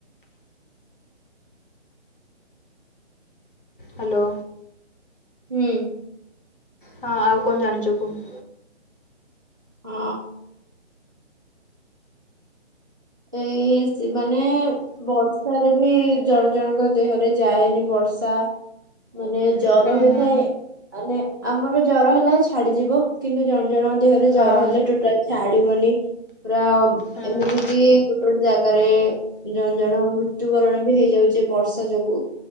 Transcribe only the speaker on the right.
ହୁଁ।
ଆ ଏଇ ମାନେ ବର୍ଷାରେ ବି ଜଣ ଜଣଙ୍କ ଦେହରେ ଯାଏନି ବର୍ଷା ମାନେ ଜର
ହେଇଥାଏ।
ମାନେ ଆମର ଜର ହେଲା ଛାଡିଯିବ କିନ୍ତୁ ଜଣ ଜଣ ଦେହରେ
ଜର ହେଲେ ଟୋଟାଲ ଛାଡିବନି ପୁରା
ଏମିତି କି ଗୋଟେ ଗୋଟେ ଜାଗାରେ ଜଣ ଜଣ ମୃତ୍ୟୁବରଣ ବି ହେଇଯାଉଛି ବର୍ଷା ଯୋଗୁ।